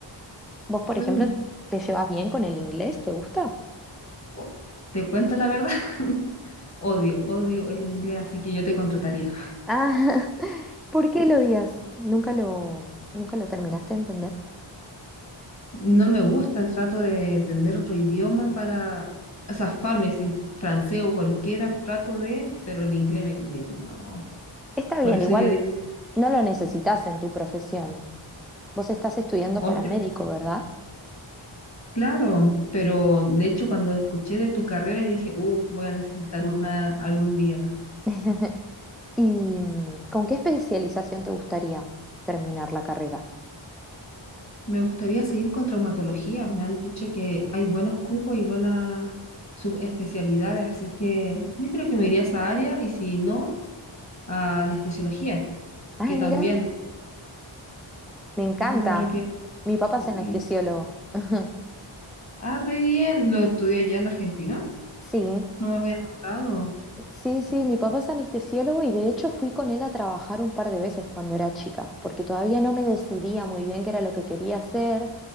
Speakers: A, in the centre; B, on the left.
A: Vos, por
B: re
A: ejemplo,
B: bien.
A: ¿te llevas bien con el inglés? ¿Te gusta?
B: O- Te cuento la verdad, <laughs> odio, odio el inglés, así que yo te contrataría.
A: Ah, <laughs> ¿por qué lo odias? Nunca lo, nunca lo terminaste de entender.
B: No me gusta, trato de entender otro idioma para zafarme, si francés o cualquiera, trato de, pero el inglés me, me- no.
A: Está bien,
B: Por eso
A: igual
B: yo digo,
A: no lo necesitas en tu profesión. Vos estás estudiando
B: o
A: para
B: sea,
A: médico, ¿verdad?
B: claro, pero de hecho cuando escuché de tu carrera dije, uh, voy a necesitar una algún día.
A: <laughs> ¿Y mm, con qué especialización te gustaría terminar la carrera?
B: Me gustaría seguir con traumatología, me han dicho que hay buenos cupos y buenas subespecialidades, así que yo creo que me iría a esa área y si no, a anestesiología,
A: Ah,
B: que también
A: mira, me encanta.
B: encuentro que...
A: Mi papá
B: sí,
A: es anestesiólogo. <laughs>
B: Ah, re bien. Lo estudié allá en Argentina.
A: Sí,
B: No me había Sí. contado.
A: Sí, sí, mi papá es anestesiólogo y de hecho fui con él a trabajar un par de veces cuando era chica, porque todavía no me decidía muy bien qué era lo que quería hacer